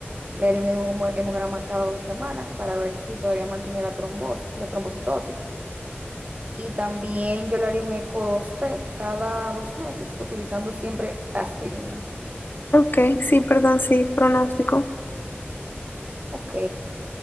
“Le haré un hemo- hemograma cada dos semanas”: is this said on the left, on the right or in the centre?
Right